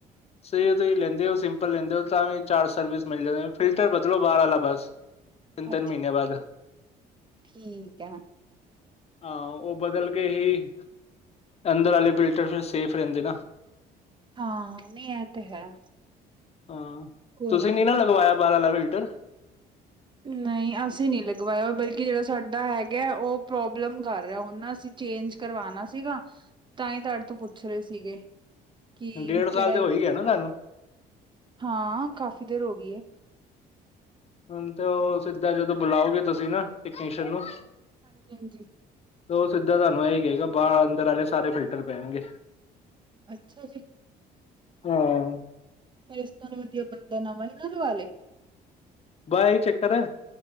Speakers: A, on the left (about 40°); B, on the right (about 30°).
A: ਸੇ ਤੁਸੀ ਲੈਂਦੇ ਓ ਸਿੰਪ ਪਲਿੰਦਰ ਥਾਂ ਵੀ ਚਾਰ ਸਰਵਿਸ ਮਿਲ ਜਾਂਦੀ ਫਿਲਟਰ ਬਦਲੋ ਬਾਰ ਵਾਲਾ ਬਸ। ਤਿੰਨ ਤਿੰਨ
B: ਅੱਛਾ
A: ਮੀਨੇ ਬਾਅਦ।
B: ਠੀਕ ਹੈ
A: ਹਾਂ ਓ ਬਦਲ ਕੇ ਹੀ ਅੰਦਰ ਆਲੇ ਫਿਲਟਰ ਫਿਰ ਸੇਫ ਰੈਂਦੇ ਨਾ।
B: ਹਾਂ ਨਈ ਐ ਤੇ ਹੈ।
A: ਹਾਂ
B: ਕੋਈ
A: ਤੁਸੀ
B: ਨੀ
A: ਨਈ ਨਾ ਲਗਵਾਇਆ ਬਾਰ ਆਲਾ ਫਿਲਟਰ?
B: ਨਈ ਅਸੀ ਨਈ ਲਗਵਾਇਆ ਬਲਕਿ ਜਿੜਾ ਸਾਡਾ ਹੈਗਾ ਓ ਪ੍ਰੋਬਲਮ ਕਰ ਰਿਆ ਹੁਨ ਨਾ ਅਸੀ ਚੇਂਜ ਕਰਵਾਣਾ ਸੀਗਾ ਤਾਂ ਈ ਤਾਡੇ ਤੋ ਪੁੱਛ ਰਏ ਸੀਗੇ। ਕੀ,
A: ਡੇਢ
B: ਕੇੜਾ
A: ਸਾਲ ਤੇ ਹੋ ਹੀ ਗਿਆ ਨਾ ਤੁਹਾਨੂੰ
B: ਹਾਂ ਕਾਫ਼ੀ ਦੇਰ ਹੋ ਗੀ ਏ।
A: ਹੁਣ ਤੇ ਓ ਸਿੱਧਾ ਜਦੋ ਬੁਲਾਓਗੇ ਤੁਸੀ ਨਾ ਇਕੇਸ਼ਨ ਨੂੰ।
B: ਹਾਂਜੀ, ਹਾਂਜੀ
A: ਤੋ ਸਿੱਧਾ ਤਾਨੂੰ ਐ ਈ ਕਏਗਾ ਬਾ ਅੰਦਰ ਆਲੇ ਸਾਰੇ ਫਿਲਟਰ ਪੈਣਗੇ।
B: ਅੱਛਾ ਜੀ
A: ਹਾਂ
B: ਫੇਰ ਇਸ ਤਨ ਵਦੀਆ ਬੰਦਾ ਨਵਾਂ ਈ ਨਾ ਲਵਾ ਲੇ।
A: ਬਾ ਐ ਈ ਚੱਕਰ ਐ